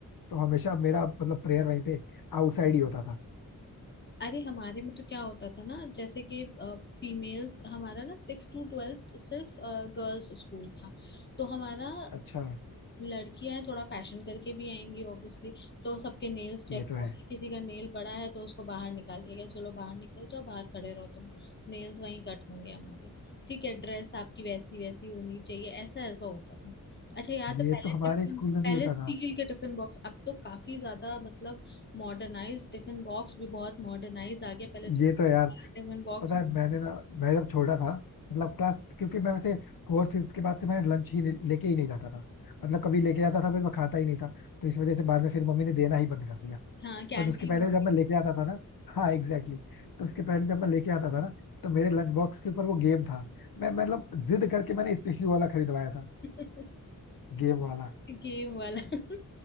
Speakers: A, on the left; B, on the left.
A: तो हमेशा मेरा मतलब प्रेयर वहीं पे आउटसाइड ही होता था
B: अरे हमारे में तो क्या होता था ना जैसे कि फीमेल्स हमारा ना सिक्स टू ट्वेल्थ सिर्फ गर्ल्स स्कूल था तो हमारा
A: अच्छा
B: लड़कियां थोड़ा फैशन करके भी आएंगी ऑब्वियसली तो सबके नेल्स चेक
A: ये तो है
B: होंगे किसी का नेल बड़ा है तो उसको बाहर निकाल दिया गया चलो बाहर निकल जाओ बाहर खड़े रहो तुम नेल्स वहीं कट होंगे हमारे ठीक है ड्रेस आपकी वैसी वैसी होनी चाहिए ऐसा ऐसा होता था अच्छा याद
A: ये
B: है पहले
A: तो हमारे
B: टिफिन
A: स्कूल में भी
B: पहले
A: होता
B: स्टील
A: था
B: के टिफिन बॉक्स अब तो काफी ज्यादा मतलब मॉडर्नाइज टिफिन बॉक्स भी बहुत मॉडर्नाइज आ गया पहले तो
A: ये तो यार
B: टिफिन बॉक्स
A: पता है मैंने ना मैं जब छोटा था मतलब क्लास क्योंकि मैं वैसे फोर्थ फिफ्थ के बाद से मैं लंच ही नहीं- लेके ही नहीं जाता था मतलब कभी लेके जाता था फिर मैं खाता ही नहीं था तो इस वजह से बाद में फिर मम्मी ने देना ही बंद कर दिया
B: हाँ कैंटीन
A: बट उसके पहले जब मैं लेके आता था ना हाँ एग्जैक्टली exactly, तो उसके पहले जब मैं लेके आता था ना तो मेरे लंच बॉक्स के ऊपर वो गेम था मैं मतलब जिद करके मैंने स्पेशली वाला खरीदवाया था
B: <laughs>
A: गेम वाला
B: गेम वाला <laughs>